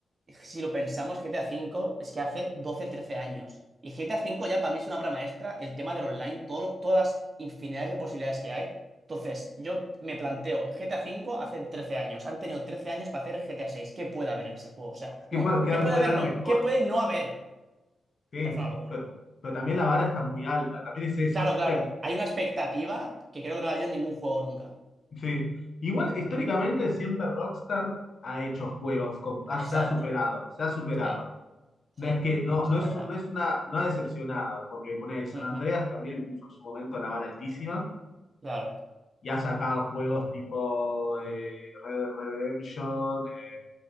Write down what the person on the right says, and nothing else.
si lo pensamos, GTA V es que hace 12 13 años. Y GTA V ya para mí es una obra maestra, el tema del online, todo, lo- todas las infinidades de posibilidades que hay. Entonces, yo me planteo, GTA V hace 13 años, han tenido 13 años para hacer GTA VI. ¿Qué puede haber en ese juego? O sea, bueno,
¿qué puede
haber?
No,
¿qué puede no haber?
Me parece una locura.
Claro,
claro,
hay una expectativa que creo que no la había en ningún juego nunca.
Exacto,
sí, sí,
eso
es verdad.
Ujú,
Claro,